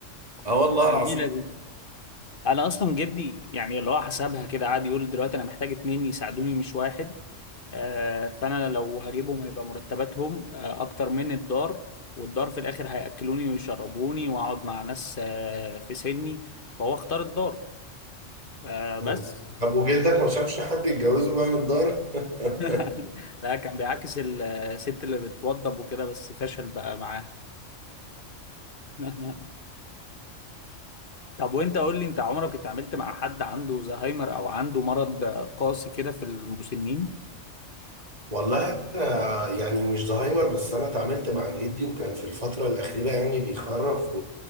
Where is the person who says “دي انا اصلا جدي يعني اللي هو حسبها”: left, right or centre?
Left